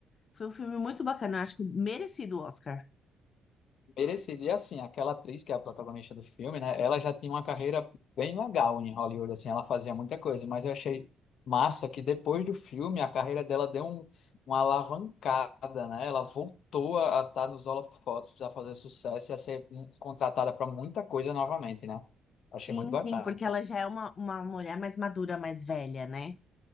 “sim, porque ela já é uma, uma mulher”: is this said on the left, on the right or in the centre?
Left